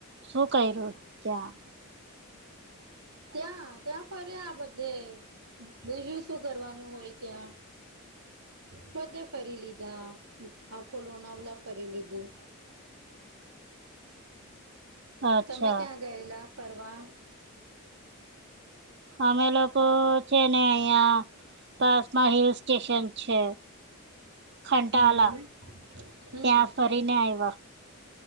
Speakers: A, on the right (about 50°); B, on the right (about 80°).
A: શું કયરું ત્યાં
B: ત્યાં ત્યાં ફરયા બધે બીજું શું કરવાનું હોય ત્યાં પધે ફરી લીધા આખોલોનાવલા ફરી લીધું
A: અચ્છા
B: તમે ક્યાં ગયેલા ફવા
A: અમે લોકો છે ને અહિયાં પાસમાં હિલ સ્ટેશન છે ખંટાલા
B: હમ હમ
A: ત્યાં ફરીને આવ્યા